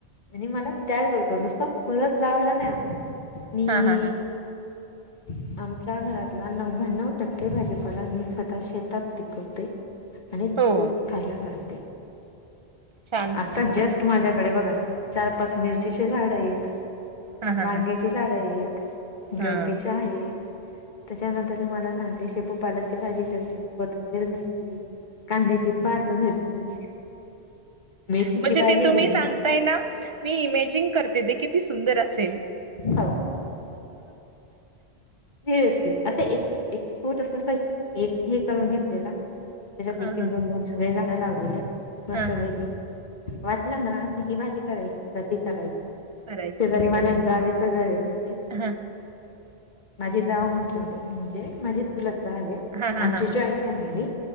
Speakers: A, on the left; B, on the right.
A: आणि मला त्याचबरोबर नुसत फळच लावायला नाही आडत मी
B: हा हा हा
A: <inaudible> आमच्या घरातला नव्याण्णव टक्के भाजीपाला मी स्वतः शेतात पिकवते. आणि.
B: हो.
A: फायला घते.
B: छान
A: आता
B: छान उलट
A: जस्ट
B: खूप
A: माझ्याकडे
B: सुंदर
A: बघा चार पाच मिरचीचे झाड आहेत.
B: हा
A: वांग्याची
B: हा हा
A: झाड आहेत
B: हा
A: गवतीच्या आहेत. त्याच्यानंतर तुम्हाला सांगते शेपू पालकची भाजी घरची कोथंबीर घरची. कांद्याची पाात घरची. मेथीची
B: म्हणजे
A: भाजी
B: ते तुम्ही
A: घरी
B: सांग. तय ना मी इमेजिन करते दे किती सुंदर असेल.
A: हो सिरियसली असं एक छोट अस एक हे करून घेतलेला. त्याच्यात
B: हा
A: एक
B: हा
A: एक दोन दोन सगळे झाडं लावलेले मस्त
B: हा हा
A: पैकी वाटलं ना ही भाजी करायची कधी करायची.
B: करायची
A: शेजारी
B: बरोबर
A: माझ्यात जावेच घर आहे म्हणजे.
B: आहे हा.
A: माझी जाव म्हटलं म्हणजे माझी. सुल हवे
B: हा हा
A: आमची
B: हा हा
A: जॉईंट फॅमिली